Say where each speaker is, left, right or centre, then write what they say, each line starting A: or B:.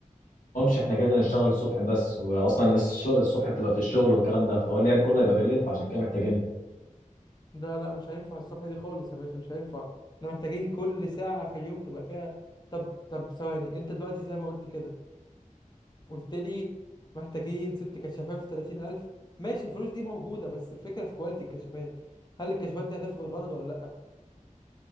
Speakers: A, on the left; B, on the left.
A: احنا كده نشتغل الصبح بس واصلا الناس الش- الصبح بتبقى في الشغل والكلام ده فهو اللعب كله يبقى بالليل فعشان كده محتاجينهم
B: ده لا مش هينفع الصبح دي خالص يا باشا مش هينفع احنا محتاجين كل ساعة في اليوم تبقى فيها طب طب ثواني انت دلوقتي زي ما قلت كده قلت لي محتاجين ست كشافات في 30000 ماشي الفلوس دي موجودة بس الفكرة في كواليتي الكشافات هل الكشافات دي هتفي بالغرض ولا لا